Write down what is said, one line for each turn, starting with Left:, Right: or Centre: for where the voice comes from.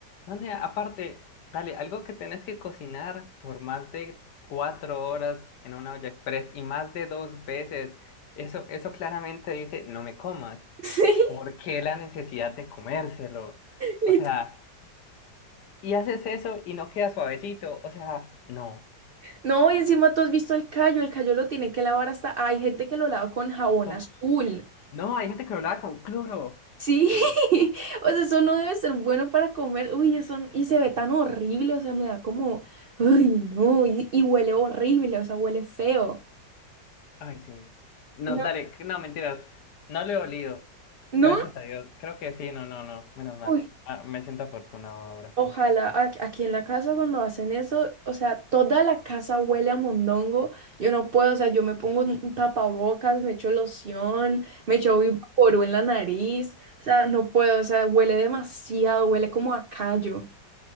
Left: No, nea, aparte, dale, algo que tenés que cocinar por más de cuatro horas en una olla express y más de dos veces, eso, eso claramente dice, no me comas.
Right: <laughs>
Left: ¿Por qué la necesidad de comérselo?
Right: Lit-
Left: O sea, y haces eso y no queda suavecito. O sea, no.
Right: No, y encima tú has visto el callo, el callo lo tienen que lavar hasta, hay gente que lo lava con jabón
Left: Con-
Right: azul.
Left: No, hay gente que lo lava con cloro.
Right: Sí, <laughs> o sea, eso no debe ser bueno para comer. Uy, eso, y se ve tan horrible, o sea, me da como, ay, no, y, y huele horrible, o sea, huele feo.
Left: Ay, sí. No,
Right: No,
Left: dale, no, mentiras. No le he olido.
Right: no,
Left: Gracias a Dios. Creo que sí, no, no, no. Menos mal.
Right: uy,
Left: Ah, me siento afortunado ahora.
Right: ojalá a- aquí en la casa cuando hacen eso, o sea, toda la casa huele a mondongo. Yo no puedo, o sea, yo me pongo un un tapabocas, me echo loción, me echo vaporú en la nariz, o sea, no puedo, o sea, huele demasiado, huele como a callo.